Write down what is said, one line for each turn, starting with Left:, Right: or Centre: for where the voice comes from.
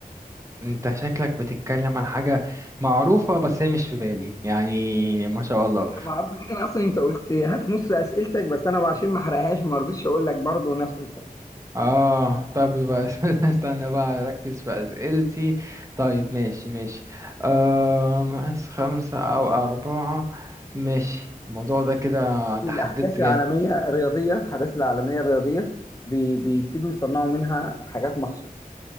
Right: انت شكلك بتتكلم عن حاجة معروفة بس هي مش في بالي يعني ما شاء الله
Left: هي معروفة جدا أصلا أنت قلتها في نص أسئلتك بس أنا عشان ما أحرقهاش ما رضيتش أقول لك برضه نفس الكلام
Right: اه طب يبقى <laughs> استنى بقى اركز في اسئلتي طيب ماشي ماشي آه مقاس خمسة او اربعة ماشي الموضوع ده كده انت
Left: في الأحداث
Right: حددت جامد
Left: العالمية الرياضية الأحداث العالمية الرياضية بي- بيبتدوا يصنعوا منها حاجات مخصوصة